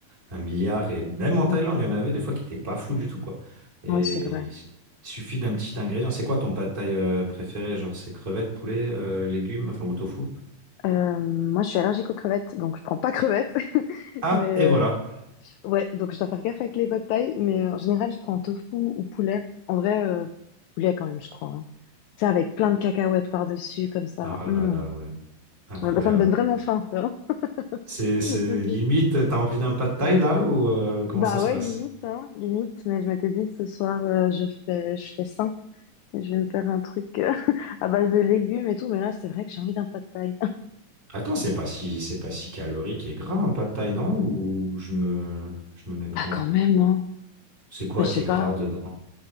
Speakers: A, on the right; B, on the left.
A: un milliard, et même en
B: Mm.
A: Thaïlande, il y en avait des fois qui étaient pas fous du tout, quoi. Et
B: Ouais, c'est vrai.
A: il suffit d'un petit ingrédient. C'est quoi ton pad thai euh, préféré? Genre, c'est crevettes, poulet, euh, légumes, enfin, ou tofu?
B: Euh, moi, je suis allergique aux crevettes, donc je prends pas crevettes. <laughs>
A: Ah,
B: Mais
A: et
B: euh,
A: voilà.
B: Ouais, donc je dois faire gaffe avec les pad thaï, mais euh, en général, je prends tofu ou poulet. En vrai, euh, poulet quand même, je crois. hein. Tu sais, avec plein de cacahuètes par-dessus, comme ça.
A: Ah
B: Mm.
A: là là, ouais, incroyable.
B: Ouais, bah, ça me donne vraiment faim, ça.
A: C'est
B: <laughs>
A: c'est limite, t'as envie d'un pas de taille là ou euh, comment
B: Bah
A: ça se
B: ouais,
A: passe?
B: limite, hein, limite. Mais je m'étais dit, ce soir, euh, je fais, je fais sain. Et Je vais me faire un truc euh, <laughs> à base de légumes et tout. Mais là, c'est vrai que j'ai envie d'un pad thaï. <laughs>
A: Attends, c'est pas si c'est pas si calorique et gras un pas de taille, non? Ou je me je me méprends?
B: Bah quand même, hein.
A: C'est quoi
B: Bah, je
A: qui
B: sais
A: est
B: pas.
A: gras dedans?